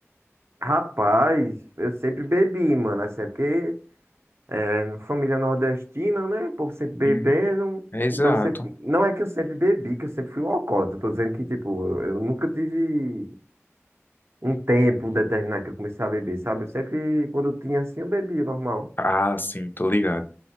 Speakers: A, on the right; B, on the left.
A: Rapaz, eu sempre bebi, mano. Assim, é porque é, na família nordestina, né? O povo sempre bebendo.
B: Sim, exato.
A: Então, eu sempre... não é que eu sempre bebi, que eu sempre fui um alcoólatra. Eu tô dizendo que, tipo, eu, eu nunca tive um tempo determinado que eu comecei a beber, sabe? Eu sempre, quando eu tinha assim, eu bebia normal.
B: Ah, sim, tô ligado.